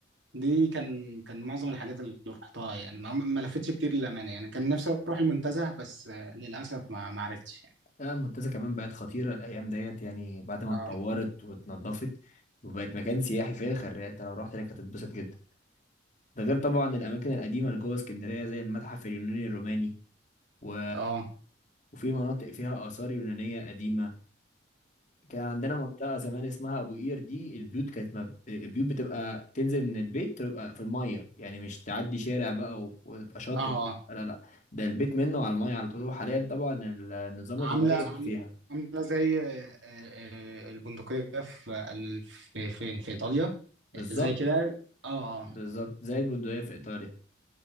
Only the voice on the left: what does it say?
لا المنتزه كمان بقت خطيره الايام ديت يعني بعد ما
اتطورت واتنضفت وبقت مكان سياحي فاخر يعني انت لو رحت هناك هتتبسط جدا ده غير طبعا الاماكن القديمه اللي جوه اسكندريه زي المتحف اليوناني الروماني و...
وفي مناطق فيها اثار يونانيه قديمه كان عندنا منطقه زمان اسمها ابو قير دي البيوت كانت مب... البيوت بتبقى تنزل من البيت تبقى في الميه يعني مش تعدي شارع بقى و- وتبقى شاطئ
لا لا لا ده البيت منه على الميه على طول وحاليا طبعا النظام
اتغير
فيها
بالظبط
بالظبط
زي البندقية في إيطاليا